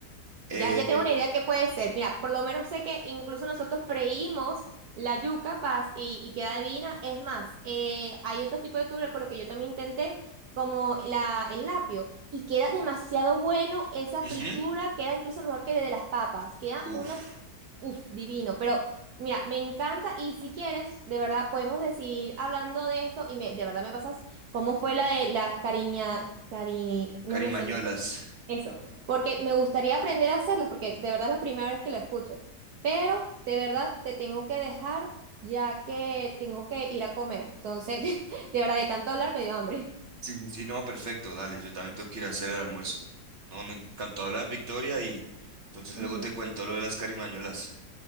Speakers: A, on the right; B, on the right.
A: Eh,
B: Ya, ya tengo una idea que puede ser. Mira, por lo menos sé que incluso nosotros freímos la yuca paz y, y queda divina. Es más, eh, hay otro tipo de tubérculo con lo que yo también intenté, como la, el lapio, y queda demasiado bueno esa
A: ujú.
B: fritura, queda incluso mejor que la de las papas. Queda
A: Uf,
B: unas, uff, divino. Pero mira, me encanta y si quieres, de verdad, podemos decir hablando de esto y me, de verdad me pasas cómo fue la de las cariña, cari,
A: carimañolas.
B: no me sé. Eso, porque me gustaría aprender a hacerlas, porque de verdad es la primera vez que lo escucho. Pero de verdad te tengo que dejar ya que tengo que ir a comer. Entonces, <laughs> de verdad, de tanto hablar me dio hambre.
A: Sí, sí, sí, no, perfecto. Dale, yo también tengo que ir a hacer el almuerzo. No, me encantó hablar, Victoria, y entonces
B: Ujú.
A: luego te cuento lo de las carimañolas.